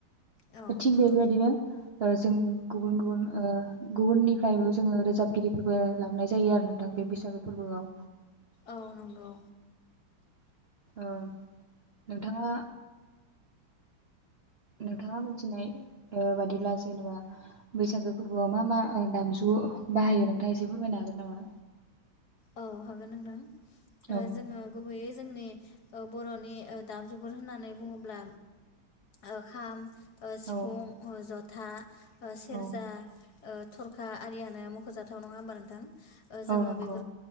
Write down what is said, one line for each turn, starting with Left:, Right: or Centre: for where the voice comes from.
Left: औ
Right: थिग
Left: नंगौ।
Right: बेदि बायदिनो जों गुबुन गुबुन ओ गुबुननिफ्रायबो जोङो रोजाबगिरिफोरबो लाबोनाय जायो आरो नोंथां बे बैसागो फोरबोआव
Left: औ नंगौ।
Right: औ नोंथाङा नोंथाङा मिथिनाय ओ बादिब्ला जेनेबा बैसागो फोरबोआव मा मा दामजु बाहायो नोंथाङा एसे फोरमायनो हागोन नामा
Left: औ हागोन नों नोंथां
Right: औ
Left: आ जोंङो गुबैयै जोंनि बर'नि दामजुफोर होननानै बुङोब्ला ओ खाम, सिफुं
Right: औ
Left: ज था ओ सेरजा
Right: औ
Left: ओ थरखा आरियानो मख'जाथाव नङा होमबा नोंथां। जोङो
Right: औ नंगौ
Left: बे